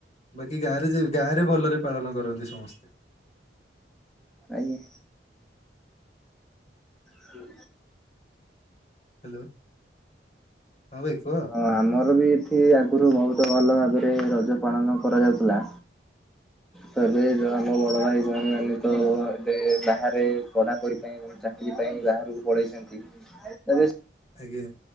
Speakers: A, on the left; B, in the centre.
A: ବାକି ଗାଁରେ ଯେ ଗାଁ ରେ ଭଲରେ ପାଳନ କରନ୍ତି ସମସ୍ତେ।
B: ଆଜ୍ଞ। ହୁଁ
A: ହାଲୋ ହଁ ବାଇ କୁହ?
B: ହଁ ଆମର ବି ଏଠି ଆଗରୁ ବହୁତ ଭଲ ଭାବରେ ରଜ ପାଳନ କରାଯାଉଥିଲା। ତ ଏବେ ଆମ ବଡ଼ ଭାଇ ଭଉଣୀମାନେ ତ ଏବେ ବାହାରେ ପଢ଼ାପଢ଼ି ପାଇଁ ଚାକିରି ପାଇଁ ବାହାରକୁ ପଳେଇଛନ୍ତି। ଏବେ ସେ
A: ଆଜ୍ଞା।